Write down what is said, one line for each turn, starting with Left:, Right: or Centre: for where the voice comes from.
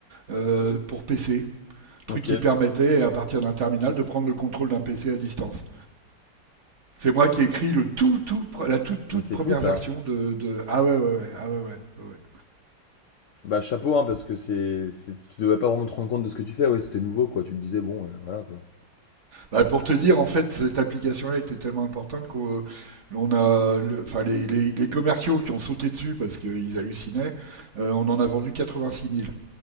Right: euh, pour PC, truc
Left: ok.
Right: qui permettait à partir d'un terminal de prendre le contrôle d'un PC à distance. C'est moi qui ai écrit le tout, tout, la toute, toute
Left: Mais c'est
Right: première
Left: fou ça.
Right: version de, de- Ah ouais, ouais, ouais, ah ouais, ouais, ouais, ouais.
Left: Bah chapeau, hein, parce que c'est, c'est- tu devais pas vraiment te rendre compte de ce que tu fais, ouais, c'était nouveau, quoi. Tu te disais, bon, euh, voilà, quoi.
Right: Bah, pour te dire, en fait, cette application-là était tellement importante qu'on a, le- enfin, les, les- les commerciaux qui ont sauté dessus parce qu'ils hallucinaient, euh, on en a vendu 86 000